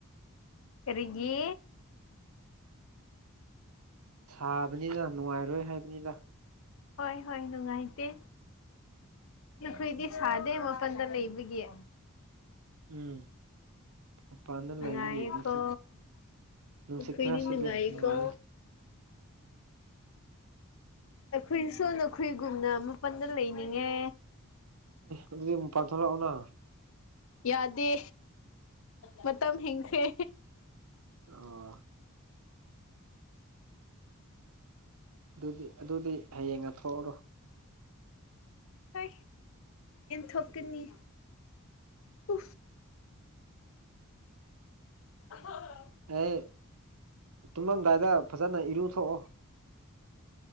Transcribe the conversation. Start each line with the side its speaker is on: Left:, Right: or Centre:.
Left: ꯀꯔꯤꯒꯤ
Right: ꯁꯥꯕꯅꯤꯅ ꯅꯨꯡꯉꯥꯏꯔꯣꯏ ꯍꯥꯏꯕꯅꯤꯅ
Left: ꯍꯣꯏ ꯍꯣꯏ ꯅꯨꯡꯉꯥꯏꯇꯦ ꯑꯩꯈꯣꯏꯗꯤ ꯁꯥꯗꯗꯦ ꯃꯄꯟꯗ ꯂꯩꯕꯒꯤ
Right: ꯎꯝ ꯃꯄꯥꯟꯗ
Left: ꯅꯨꯡꯉꯥꯏꯌꯦꯀꯣ
Right: ꯂꯩꯕꯒꯤ ꯅꯨꯡꯁꯤꯠ
Left: ꯑꯩꯈꯣꯏꯗꯤ
Right: ꯅꯨꯡꯁꯤꯠ ꯈꯔ ꯁꯤꯠꯂꯤ
Left: ꯅꯨꯡꯉꯥꯏꯌꯦꯀꯣ
Right: ꯅꯨꯡꯉꯥꯏꯔꯦ
Left: ꯑꯩꯈꯣꯏꯁꯨ ꯅꯈꯣꯏꯒꯨꯝꯅ ꯃꯥꯄꯟꯗ ꯂꯩꯅꯤꯡꯉꯦ
Right: ꯑꯗꯨꯗꯤ ꯃꯄꯥꯟ ꯊꯣꯀꯂꯛꯑꯣꯅ
Left: ꯌꯥꯗꯦ ꯃꯇꯝ ꯍꯦꯟꯈ꯭ꯔꯦ
Right: ꯑꯣ ꯑꯗꯨꯗꯤ ꯑꯗꯨꯗꯤ ꯍꯌꯦꯡꯅ ꯊꯣꯛꯎꯔꯣ
Left: ꯍ ꯊꯣꯛꯀꯅꯤ ꯎ ꯑ
Right: ꯍ ꯇꯨꯝꯃꯝꯗꯥꯏꯗ ꯐꯖꯅ ꯏꯔꯨ ꯊꯣꯛꯣꯛꯑꯣ